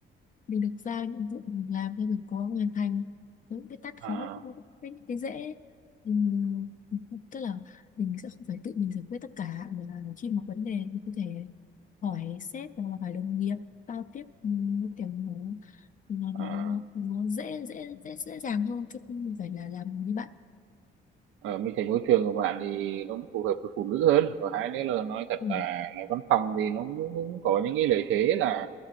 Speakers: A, on the left (about 40°); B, on the right (about 80°).
A: mình được giao nhiệm vụ mình làm nên mình có hoàn thành những cái tát
B: à,
A: khó cũng có cái, cái dễ Ừm, tức là mình sẽ không phải tự mình giải quyết tất cả mà là khi một vấn đề mình có thể hỏi sếp hoặc là phải đồng nghiệp giao tiếp ừm, nó kiểu nó nó nó
B: à,
A: nó, nó dễ dễ dễ dễ dàng hơn chứ không phải là làm với bạn
B: ở mình thấy môi trường của bạn thì nó cũng phù hợp với phụ nữ hơn và hai nữa là nói thật
A: ừ,
B: là, là văn phòng thì nó cũng, cũng có những cái lợi thế là